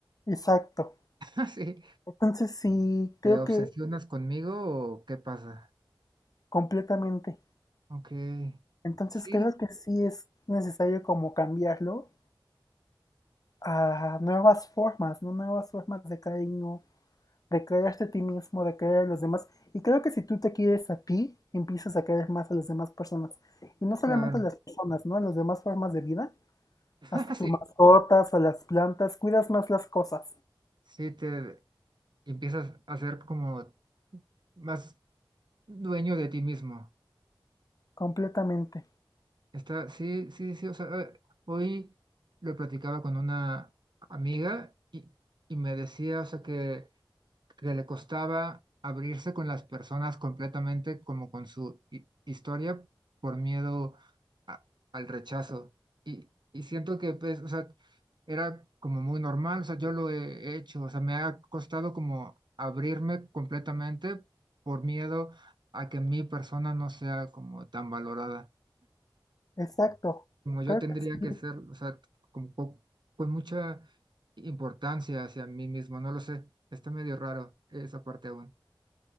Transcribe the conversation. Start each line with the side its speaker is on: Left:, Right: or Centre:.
Left: Exacto.
Right: <laughs> Sí,
Left: Entonces sí, creo
Right: ¿te obsesionas
Left: que
Right: conmigo o qué pasa?
Left: completamente.
Right: Ok,
Left: Entonces
Right: sí,
Left: creo que sí es necesario como cambiarlo a nuevas formas, ¿no? Nuevas formas de cariño, declararte a ti mismo, de querer a los demás. Y creo que si tú te quieres a ti, empiezas a querer más a las demás personas. Y no solamente
Right: claro.
Left: a las personas, ¿no? A las demás formas de vida.
Right: <laughs>
Left: Hasta tus
Right: Sí,
Left: mascotas, a las plantas, cuidas más las cosas.
Right: sí, te empiezas a ser como más dueño de ti mismo.
Left: Completamente.
Right: Está, sí, sí, sí, o sea, eh, hoy lo platicaba con una amiga y, y me decía, o sea, que, que le costaba abrirse con las personas completamente como con su hi- historia por miedo a- al rechazo. Y, y siento que, pues, o sea, era como muy normal, o sea, yo lo he hecho, o sea, me ha costado como abrirme completamente por miedo a que mi persona no sea como tan valorada
Left: Exacto.
Right: como yo
Left: Creo
Right: tendría
Left: que sí,
Right: que ser, o sea, con, po- con mucha importancia hacia mí mismo, no lo sé, está medio raro esa parte aún.